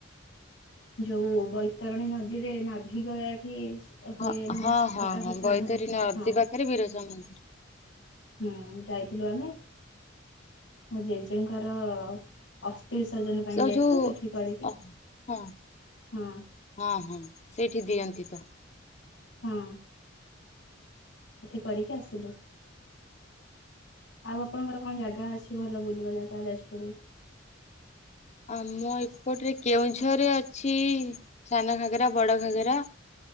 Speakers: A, on the left; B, on the left.
A: ଯୋଉ ବୈତରଣୀ ନଦୀରେ ନାଭି ଗୟାଠି ହୁଏ
B: ହଁ ହଁ ହଁ
A: ପକା ହୋଇ
B: ହଁ
A: ସାଦ୍ଧଘର,
B: ବୈତରଣୀ ନଦୀ
A: ହଁ
B: ପାଖରେ ବିରଜା ମନ୍ଦିର।
A: ହୁଁ ଯାଇଥିଲୁ ଆମେ, ମୋ ଜେଜେଙ୍କର ଅ ବିସର୍ଜନ ପାଇଁ
B: ସେ
A: ଯାଇଥିଲୁ,
B: ଯୋଉ
A: ସେଠି କରିକି
B: ଅ ହଁ,
A: ହଁ
B: ହଁ, ସେଇଠି ଦିଅନ୍ତି ତ।
A: ହଁ। ସେଠି କରିକି ଆସିଲୁ, ଆଉ ଆପଣଙ୍କର କଣ ଜାଗା ଅଛି ଭଲ ବୁଲିବା ଜାଗା ଯାଜପୁର
B: ଆମ ଏପଟରେ କେଉଁଝରେ ଅଛି ସାନ ଘାଗେରା, ବଡ ଘାଗରା